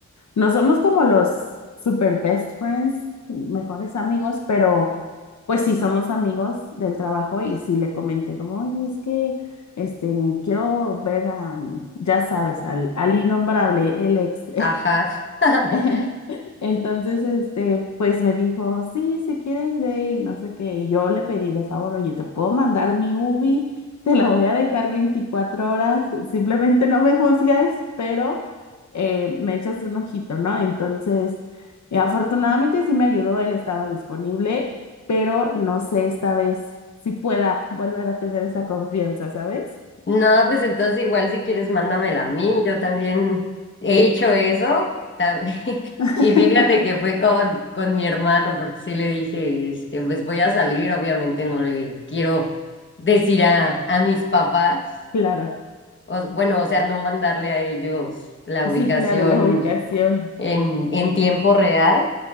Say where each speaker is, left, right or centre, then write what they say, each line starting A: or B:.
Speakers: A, on the left; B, on the left.
A: No somos como los super best friends, mejores amigos, pero pues sí somos amigos del trabajo y sí le comenté como, oye, es que este, quiero ver a, ya sabes, al, al innombrable, el ex.
B: Ajá. <laughs>
A: <laughs> Entonces, este, pues me dijo, sí, si quieres ve y no sé qué. Y yo le pedí de favor, oye, ¿te puedo mandar mi Ubi? Te la voy a dejar 24 horas, simplemente no me juzgues, pero eh, me echas un ojito, ¿no? Entonces, eh, afortunadamente sí me ayudó, él estaba disponible, pero no sé esta vez si pueda volver a tener esa confianza, ¿sabes?
B: No, pues entonces igual si quieres mándamela a mí, yo también he hecho eso también. <laughs>
A: <laughs>
B: Y fíjate que fue con, con mi hermano, porque sí le dije, este, pues voy a salir, obviamente no le quiero decir a, a mis papás,
A: Claro,
B: o- bueno, o sea, no mandarle a ellos la
A: sí,
B: ubicación
A: claro, la ubicación.
B: en, en tiempo real,